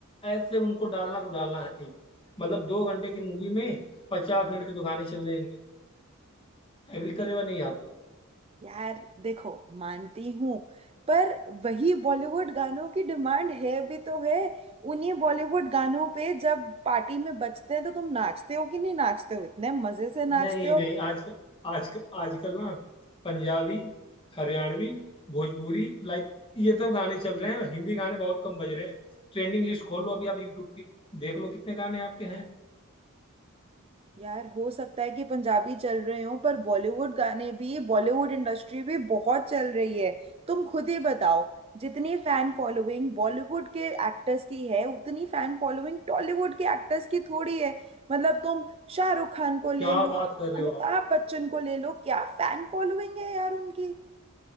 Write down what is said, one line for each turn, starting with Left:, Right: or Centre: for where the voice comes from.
Left: ऐसे उनको डालना तो डालना है ही। मतलब दो घंटे की मूवी में पचास मिनट के तो गाने चल रहे हैं इनके एग्री करेगा नहीं आप
Right: यार देखो मानती हूँ पर वही बॉलीवुड गानों की डिमांड है भी तो है उन्हीं बॉलीवुड गानों पे जब पार्टी में बजते हैं तो तुम नाचते हो कि नहीं नाचते हो इतने मजे से नाचते
Left: नहीं
Right: हो
Left: नहीं आजकल आजकल आजकल ना पंजाबी हरियाणवी भोजपुरी लाइक ये सब गाने चल रहे हैं हिंदी गाने बहुत कम बज रहे हैं ट्रेंडिंग लिस्ट खोल लो अभी आप यूट्यूब की देख लो कितने गाने आपके हैं
Right: यार हो सकता है कि पंजाबी चल रहे हो पर बॉलीवुड गाने भी बॉलीवुड इंडस्ट्री भी बहुत चल रही है तुम खुद ही बताओ जितनी फैन फॉलोइंग बॉलीवुड के एक्टर्स की है उतनी फैन फॉलोइंग टॉलीवुड के एक्टर्स की थोड़ी है मतलब तुम शाहरुख खान को
Left: क्या
Right: ले लो
Left: बात
Right: तुम
Left: कर रहे हो
Right: अमिताभ बच्चन को ले लो क्या फैन फॉलोइंग है यार उनकी